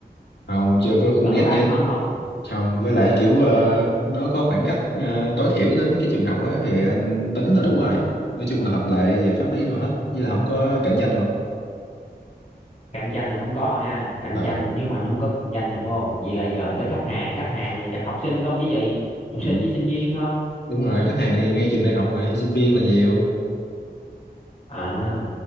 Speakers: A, on the left (about 85°); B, on the left (about 40°).
A: không, chưa có khu
B: gần
A: net
B: đó có ai
A: gì hết.
B: mở không
A: Không, với lại kiểu ờ, nó có khoảng cách ờ, tối thiểu đến cái trường học á thì anh tính là đủ rồi. Nói chung là hợp lệ về pháp lý đồ hết, với là không có cạnh tranh luôn.
B: cạnh tranh là không có ha cạnh
A: Ờ,
B: tranh nếu mà anh không có cạnh tranh là phải không vậy là giờ tới khách hàng khách hàng này chắc học sinh không chứ gì học
A: ừ,
B: sinh với sinh viên thôi
A: đúng rồi, khách hàng thì ngay trường đại học mà thì sinh viên là nhiều.
B: à